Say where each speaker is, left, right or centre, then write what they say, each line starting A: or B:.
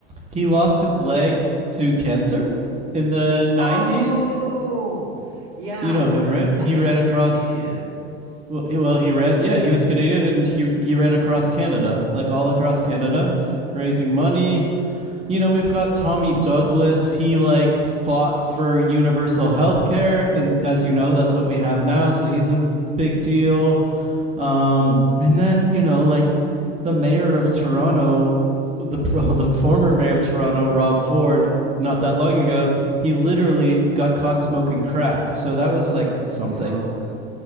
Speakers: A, on the right (about 20°); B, on the right (about 60°).
A: he lost his leg to cancer in the '90s.
B: Oh, oh, yeah.
A: You know him,
B: I
A: right? He
B: I didn't
A: ran
B: know
A: across.
B: he was Canadian.
A: Well, well, he ran. Yeah, he was Canadian, and he he ran across Canada, like all across Canada, raising money. You know, we've got Tommy Douglas. He like fought for universal health care, and as you know, that's what we have now. So he's a big deal. Um, and then you know, like the mayor of Toronto, the <laughs> well, the former mayor of Toronto, Rob Ford, not that long ago, he literally got caught smoking crack. So that was
B: Oh
A: like
B: my
A: something.
B: God.